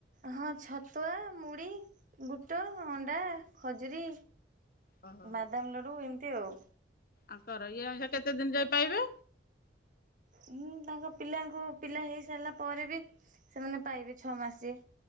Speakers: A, on the right; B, on the left.
A: ହଁ ଛତୁଆ, ମୁଢ଼ି, ବୁଟ, ଅଣ୍ଡା, ଖଜୁରୀ।
B: ଓହୋ।
A: ବାଦାମ ଲଡୁ ଏମିତି ଆଉ।
B: ଆଙ୍କର ଇଏ ଅଇନା କେତେ ଦିନ ଯାଇ ପାଇବେ?
A: ହଁ ତାଙ୍କ ପିଲାଙ୍କୁ ପିଲା ହେଇସାରିଲା ପରେ ବି ସେମାନେ ପାଇବେ ଛଅ ମାସେ।